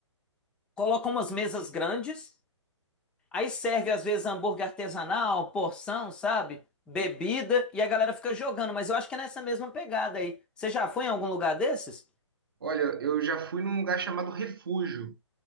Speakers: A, in the centre; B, on the right.
A: colocam umas mesas grandes. Aí serve às vezes hambúrguer artesanal, porção, sabe? Bebida e a galera fica jogando, mas eu acho que é nessa mesma pegada aí. Você já foi em algum lugar desses?
B: Olha, eu já fui num lugar chamado Refúgio,